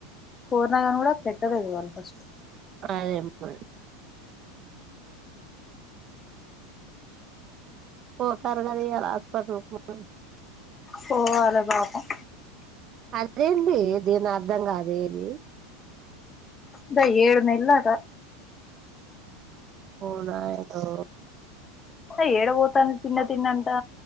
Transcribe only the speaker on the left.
కోరినాను గానీ గూడా పెట్టలేదు వాళ్ళు ఫస్ట్
పోవాలె పాపం
బా ఏడు నెల్లు దాక
త ఏడ పోతాను తిన్న తిన్నంటా